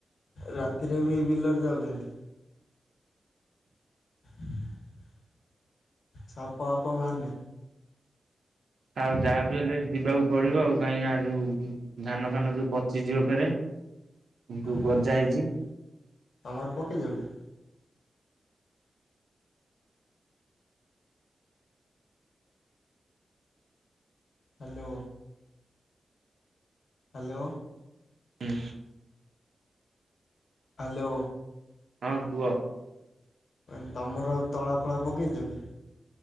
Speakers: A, on the left; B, on the right.
A: ରାତିରେ ବି ବିଲରେ ଯାଉଚନ୍ତି? <inaudible> ସାପ ଫାପ ବାହାରୁନି?
B: ଆଉ ଯାହା ବିି ହେଲେ ଯିବାକୁ ପଡିବ ଆଉ କାହିଁକିନା ଯୋଉ ଉଁ ଧାନ ଫାନ ଯୋଉ ପଚିଯିବ ଫେରେ। ଉଁ ଯୋଉ
A: ଓହୋ
B: ଗଜା ହେଇଚି।
A: ତମର ପକେଇଚ କି? ହାଲୋ। ହାଲୋ।
B: ହୁଁ।
A: ହାଲୋ।
B: ହଁ କୁହ।
A: କହିଲି ତମର ତଳା ଫଳା ପକେଇଚ କି?